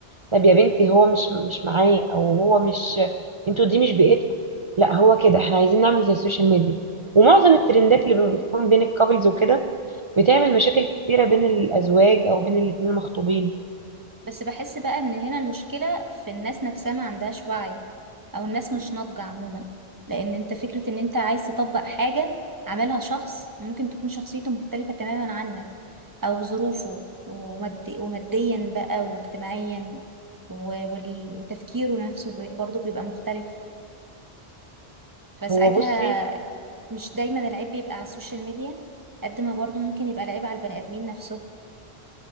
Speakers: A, on the right; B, on the right.
A: طب يا بنتي هو مش مش معاه او هو مش انتوا دي مش بيئتكم لا هو كده احنا عايزين نعمل زي السوشيال ميديا ومعظم الترندات اللي بتكون بين الكابلز وكده بتعمل مشاكل كتيرة بين الازواج او بين الاتنين المخطوبين
B: بس بحس بقى ان هنا المشكلة في الناس نفسها ما عندهاش وعي او الناس مش ناضجة عموما لان انت فكرة ان انت عايز تطبق حاجة عملها شخص ممكن تكون شخصيته مختلفة تماما عنك او ظروفه ومادي وماديا بقى واجتماعيا و- وال- وتفكيره نفسه بي- برضه بيبقى مختلف فساعتها
A: هو بصي
B: مش دايما العيب بيبقى على السوشيال ميديا قد ما برضه ممكن يبقى العيب على البني ادمين نفسهم